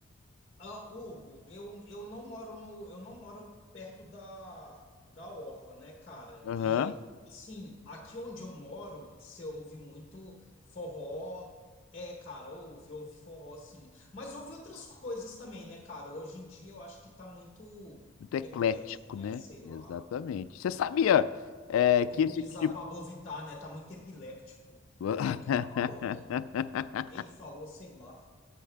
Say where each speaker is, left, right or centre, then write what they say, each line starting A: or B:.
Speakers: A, on the left (about 30°); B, on the left (about 80°).
A: Ah, Hugo, eu, eu não moro no, eu não moro perto da, da orla, né, cara?
B: Aham.
A: E assim, aqui onde eu moro, você ouve muito forró. É, cara, ouve, ouve forró, sim. Mas ouve outras coisas também, né, cara? Hoje em dia eu acho que tá muito
B: Muito eclético,
A: eclético, né?
B: né?
A: Sei lá.
B: Exatamente. Você sabia, é, que
A: Como
B: esse
A: diz
B: tipo.
A: a Pablo Vittar, né? Tá muito epiléptico.
B: <laughs>
A: Foi o que ela falou, né? Ele falou, sei lá.